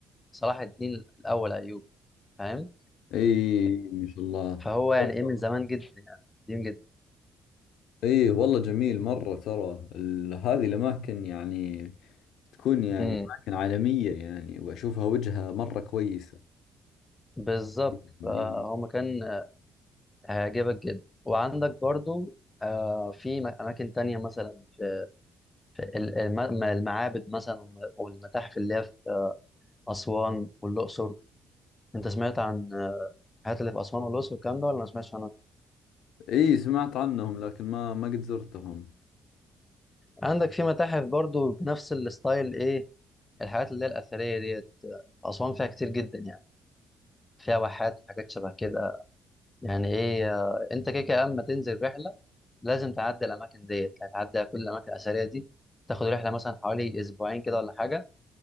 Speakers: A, on the left; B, on the left.
A: صلاح الدين الاول ايوب فاهم
B: اي ما شاء الله
A: فهو يعني
B: والله
A: ايه من زمان جدا يعني قديم جدا
B: اي والله جميل مرة ترى ال- هذه الاماكن يعني تكون يعني
A: امم
B: اماكن عالمية يعني واشوفها وجهة مرة كويسة
A: بالظبط
B: اي
A: فهو مكان هيعجبك جدا وعندك برضو آه، في م- أماكن تانية مثلا في في ال- الم- المعابد مثلا والم- والمتاحف اللي هي في آه، أسوان والأقصر أنت سمعت عن آه، الحاجات اللي في أسوان والأقصر والكلام ده ولا ما سمعتش عنها؟
B: اي سمعت عنهم لكن ما ما قد زرتهم
A: عندك في متاحف برضو بنفس الستايل إيه الحاجات اللي هي الأثرية ديت آه، في أسوان فيها كتير جدا يعني فيها واحات وحاجات شبه كده يعني إيه آه، أنت كده كده أما تنزل رحلة لازم تعدي الأماكن ديت هتعدي على كل الأماكن الأثرية دي تاخد رحلة مثلا حوالي أسبوعين كده ولا حاجة